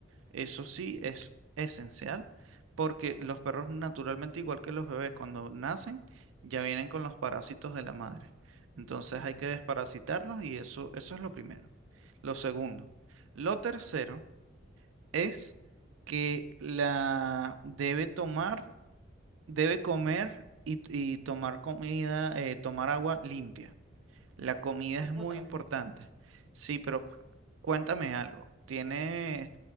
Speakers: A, on the right (about 75°); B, in the centre.
A: Eso sí es esencial porque los perros naturalmente, igual que los bebés, cuando nacen ya vienen con los parásitos de la madre. Entonces
B: Ok.
A: hay que desparasitarlos y eso, eso es lo primero. Lo segundo. Lo tercero es que la debe tomar, debe comer y, y tomar comida, eh, tomar agua limpia. La comida
B: Ah,
A: es
B: Potable.
A: muy importante. Sí, pero cuéntame algo. ¿Tiene